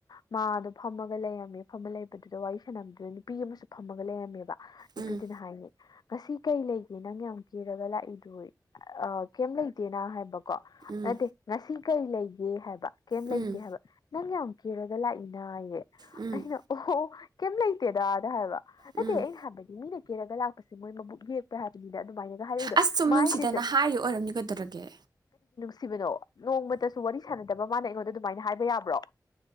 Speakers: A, on the left (about 70°); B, on the right (about 75°).
A: ꯃꯥꯗꯣ ꯐꯝꯃꯒ ꯂꯩꯔꯝꯃꯦ ꯐꯝꯃ ꯂꯩꯕꯗꯨꯗ ꯋꯥꯔꯤ ꯁꯥꯟꯝꯗꯨꯅ ꯅꯨꯄꯤ ꯑꯃꯁꯨ ꯐꯝꯃꯒ ꯂꯩꯔꯝꯃꯦꯕ ꯅꯨꯄꯤꯗꯨꯅ
B: ꯎꯝ
A: ꯍꯥꯏꯅꯦ ꯉꯁꯤ ꯀꯩ ꯂꯩꯒꯦ ꯅꯪ ꯌꯥꯝ ꯀꯤꯔꯒ ꯂꯥꯛꯏꯗꯨ ꯑ ꯀꯩꯝ ꯂꯩꯇꯦꯅ ꯍꯥꯏ ꯀꯣ
B: ꯎꯝ
A: ꯅꯠꯇꯦ ꯉꯁꯤ ꯀꯩ ꯂꯩꯒꯦ ꯍꯥꯏꯕ ꯀꯝ ꯂꯩꯇ
B: ꯎꯝ
A: ꯍꯥꯏꯕ ꯅꯪ ꯌꯥꯝ ꯀꯤꯔꯒ ꯂꯥꯛꯏꯅ ꯑꯩꯌꯦ
B: ꯎꯝ
A: ꯑꯩꯅ ꯑꯣ ꯀꯩꯝ ꯂꯩꯇꯦꯗ ꯑꯗ ꯍꯥꯏꯕ ꯅꯇꯦ
B: ꯎꯝ
A: ꯑꯩꯟ ꯍꯥꯏꯕꯗꯤ ꯃꯤꯅ ꯀꯦꯔꯒ ꯂꯥꯛꯄꯁꯦ ꯃꯣꯏ ꯃꯕꯨꯛ ꯌꯦꯛꯄ꯭ꯔꯥ ꯍꯥꯏꯕꯅꯤ ꯑꯗꯨꯃꯥꯏ ꯍꯥꯏꯔꯛꯏꯗꯣ
B: ꯑꯁ ꯁꯨꯝ
A: ꯃꯥꯏꯁꯦ
B: ꯅꯨꯡꯁꯤꯗꯅ ꯍꯥꯏꯔꯤ ꯑꯣꯏꯔꯝꯅꯤ ꯀꯩꯗꯧꯔꯒꯦ
A: ꯁꯤꯕꯅꯣ ꯅꯣꯡꯃꯇꯁꯨ ꯋꯥꯔꯤ ꯁꯥꯟꯅꯗꯕ ꯃꯥꯅ ꯑꯩꯉꯣꯟꯗ ꯑꯗꯨꯃꯥꯏꯅ ꯍꯥꯏꯕ ꯌꯥꯕ꯭ꯔꯣ